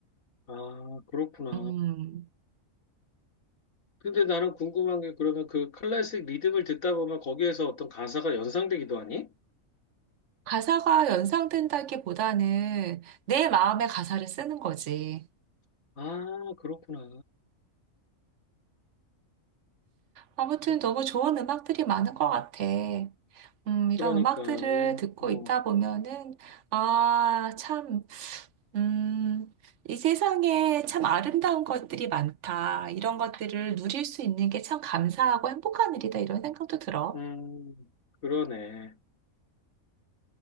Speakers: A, on the left; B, on the right.
A: 아, 그렇구나.
B: 음,
A: 근데 나는 궁금한 게 그러면 그 클래식 리듬을 듣다 보면 거기에서 어떤 가사가 연상되기도 하니?
B: 가사가 연상된다기보다는 내 마음의 가사를 쓰는 거지.
A: 아, 그렇구나.
B: 아무튼
A: 저-
B: 너무 좋은 음악들이 많은 것 같아. 음, 이런
A: 그러니까,
B: 음악들을
A: 음,
B: 듣고
A: 어,
B: 있다 보면은, 아, 참, 음, 이 세상에 참 아름다운 것들이 많다. 이런 것들을 누릴 수 있는 게 참 감사하고 행복한 일이다. 이런 생각도 들어.
A: 음, 그러네.